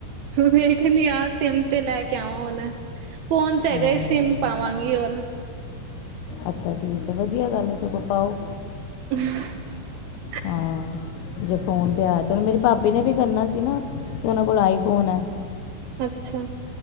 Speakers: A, on the right; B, on the left.
A: ਵੇਖਨੀ ਆ ਸਿਮ ਤੇ ਲੈ ਕੇ ਆਵਾਂ ਹੁਨ ਫੋਨ ਤੇ ਹੈਗਾ
B: ਹਾਂ
A: ਏ ਸਿਮ ਪਾਵਾਂਗੀ ਹੋਰ।
B: ਅੱਛਾ ਠੀਕ ਹੈ, ਵਧੀਆ ਗੱਲ ਹੈ ਸਗੋਂ। ਪਾਓ।
A: ਹ <unintelligible>
B: ਹਾਂ ਜੇ ਫੋਨ ਤੇ ਆਯਾ ਤੋਣੇ ਮੇਰੀ ਭਾਬੀ ਨੇ ਵੀ ਕਰਨਾ ਸੀ ਨਾ। ਤੇ ਔਨਾਂ ਕੋਲ ਆਈਫੋਨ ਹੈ।
A: ਅੱਛਾ